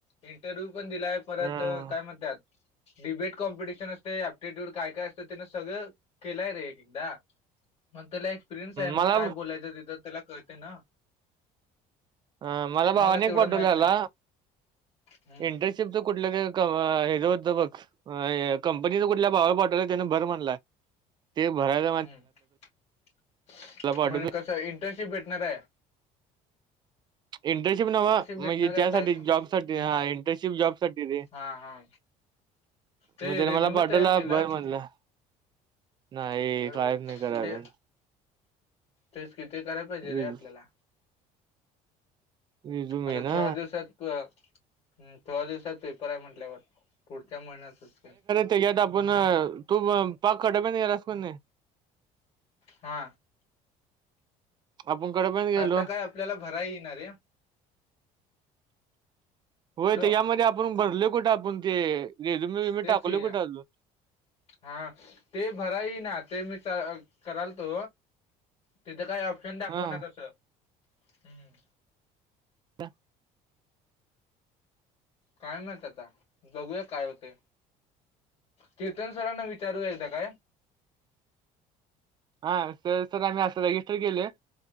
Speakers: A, on the left; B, on the right.
A: इंटरव्ह्यू पण दिलाय परत
B: अ
A: काय म्हणतात डिबेट कॉम्पिटिशन असते ऍप्टिट्यूड काय काय असतं त्यान सगळं केलंय रे एकदा मग त्याला एक्सपिरियन्स आहे मग
B: मला
A: काय बोलायचं तिथं त्याला कळते ना
B: अ मला
A: आम्हाला
B: भावनेक
A: तेवढं
B: पाठवलाला
A: माहित नाही हम्म
B: इंटरेस्ट शि कुठलं हे होत बघ कंपनीच कुठल्या भावा पाठवला त्याने भर म्हणलाय ते भरायच
A: हम्म
B: पाठवतो
A: म्हण कस इंटर्नशिप भेटणार आहे
B: इंटर्नशिप नव म्हणजे
A: भेटणार आहे
B: त्यासाठी
A: काय हम्म
B: जॉब साठी हा इंटर्नशिप जॉब साठी रे
A: हा हा ते
B: म्हणजे
A: रेझ्युमे
B: मला पाटोला
A: तयार केलास
B: भर म्हणलं नाही
A: हम्म बर
B: काहीच
A: बर
B: नाही कराय
A: ते
B: अून
A: तेच किती करायला पाहिजे रे
B: रिझ
A: आपल्याला
B: रिझ्यूमे
A: आता
B: ना
A: थोड दिवसात थोड दिवसात पेपर आहे म्हंटल्यावर पुढच्या महिन्यातच का
B: घ आपण तू पाक खटब नाहीसक नाही
A: हा
B: आपण कडे पण गेलो
A: आता काय आपल्याला भरा येणारे
B: होय
A: हॅलो
B: तर यामध्ये आपण भरले कुठं आपण ते रेजुम
A: तेच
B: टाकवले
A: की
B: कुठं अ
A: हा ते भराई ना ते मी कराल तो तिथं काही ऑप्शन दाखव
B: हा
A: ना तसं हम्म
B: का
A: कायम नाहीत आता बघूया काय होते कीर्तन सरांना विचारू एकदा काय
B: हा सर सर आम्ही असं रजिस्टर केलं